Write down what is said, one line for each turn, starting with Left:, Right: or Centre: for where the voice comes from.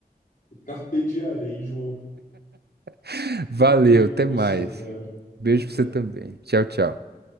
Left: Carpe Diarei, João.
Right: <laughs> Valeu,
Left: Um beijo
Right: até
Left: pra você,
Right: mais.
Left: cara.
Right: Beijo
Left: Até.
Right: pra você também. Tchau, tchau.